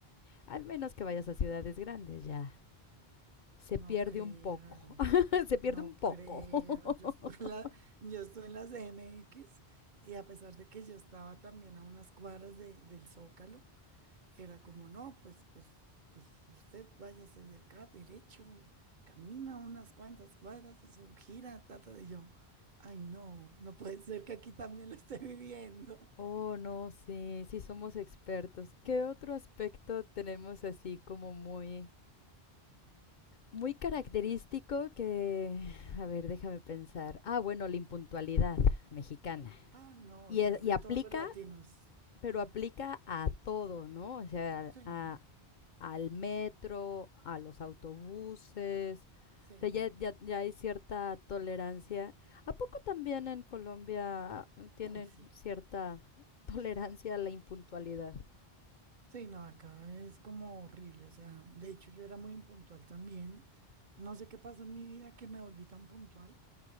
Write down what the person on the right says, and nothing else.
No
creas,
no
creas. Yo estoy en la,
yo estoy en la CMX y a pesar de que yo estaba también a unas cuadras de- del Zócalo, era como, no, pues, pues, pues usted váyase de acá derecho, camina unas cuantas cuadras, eso gira, trata de yo. Ay, no, no puede ser que aquí también lo esté viviendo.
<laughs>
Ah, no,
eso
es
de
todos los latinos.
Sí,
no,
sí,
no.
Uy, sí.
Sí, no, acá es como horrible. O sea, de hecho yo era muy impuntual también. No sé qué pasó en mi vida que me volví tan puntual,